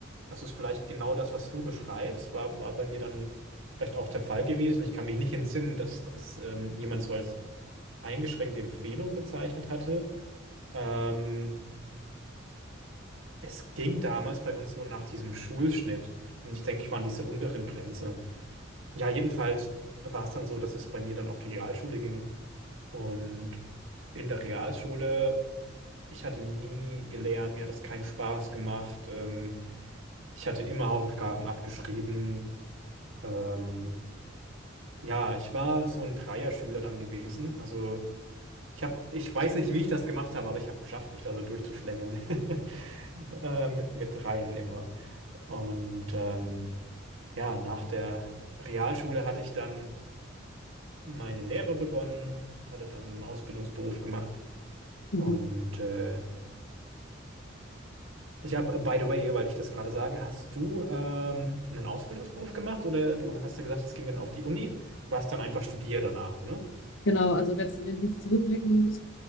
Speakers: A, on the right (about 80°); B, on the left (about 70°).
A: Das ist vielleicht genau das, was du beschreibst, war, war bei mir dann vielleicht auch der Fall gewesen. Ich kann mich nicht entsinnen, dass das ähm, jemand so als eingeschränkte Empfehlung bezeichnet hatte. Ähm, es ging damals bei uns so nach diesem Schulschnitt und ich denke, ich war an dieser unteren Grenze. Ja, jedenfalls war es dann so, dass es bei mir dann auf die Realschule ging und in der Realschule, ich hatte nie gelernt, mir hat das keinen Spaß gemacht. Ähm, Ich hatte immer Hausaufgaben abgeschrieben. Ähm, ja, ich war so ein Dreierschüler dann gewesen. Also ich hab, ich weiß nicht, wie ich das gemacht habe, aber ich habe geschafft, mich da so durchzuschlängeln. <laughs> äh, mit, mit Dreien immer. Und ähm, ja, nach der Realschule hatte ich dann meine Lehre begonnen, hatte dann einen Ausbildungsberuf gemacht
B: mhm.
A: und äh, Ich habe, äh, by the way, weil ich das gerade sage, hast du ähm, einen Ausbildungsberuf gemacht oder du hast ja gesagt, es ging dann auf die Uni, du hast dann einfach studiert danach, ne?
B: genau. Also letzten- wenn ich jetzt zurückblickend